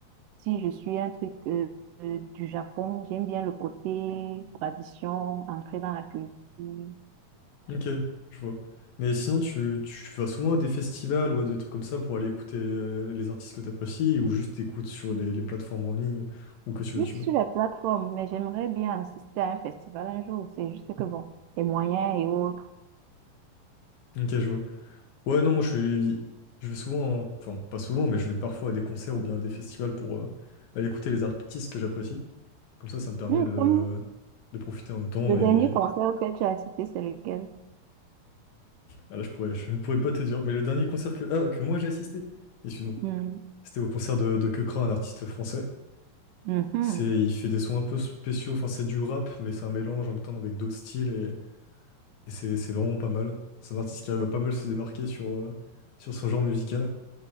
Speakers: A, on the right; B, on the left.
A: Si je suis un truc euh, euh, du Japon, j'aime bien le côté tradition, entrer dans la culture. Ouais,
B: Ok, je vois. Mais sinon, tu, tu vas souvent à des festivals ou à des trucs comme ça pour aller écouter euh, les artistes que t'apprécies ou juste t'écoutes sur les, les plateformes en ligne ou que sur
A: juste
B: YouTube.
A: sur les plateformes, mais j'aimerais bien assister à un festival un jour. C'est juste que bon, les moyens et autres.
B: Ok, je vois. Ouais, non, moi je suis, je vais souvent, enfin pas souvent, mais je vais parfois à des concerts ou bien à des festivals pour euh, aller écouter les artistes que j'apprécie. Comme ça, ça me permet
A: Hmm,
B: de,
A: comme
B: de profiter en même temps
A: le dernier
B: et
A: concert auquel tu as assisté, c'est lequel?
B: ah là, je pourrais, je ne pourrais pas te dire. Mais le dernier concert que, ah, que moi j'ai assisté, excuse-moi,
A: Hmm,
B: c'était au concert de, de Keukra, un artiste français.
A: mhm,
B: C'est, il fait des sons un peu spéciaux, enfin c'est du rap, mais c'est un mélange en même temps avec d'autres styles et, et c'est c'est vraiment pas mal. C'est un artiste qui arrive à pas mal se démarquer sur, euh, sur son genre musical.